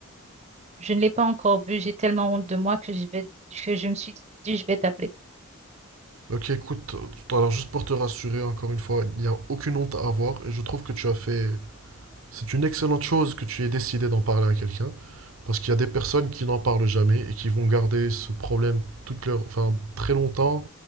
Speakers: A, on the right; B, on the right.
A: Je ne l'ai pas encore bu, j'ai tellement honte de moi que je vais, que je me suis dit, je vais t'appeler.
B: Ok, écoute, tout à l'heure, juste pour te rassurer, encore une fois, il n'y a aucune honte à avoir et je trouve que tu as fait... C'est une excellente chose que tu aies décidé d'en parler à quelqu'un parce qu'il y a des personnes qui n'en parlent jamais et qui vont garder ce problème toute leur... enfin, très longtemps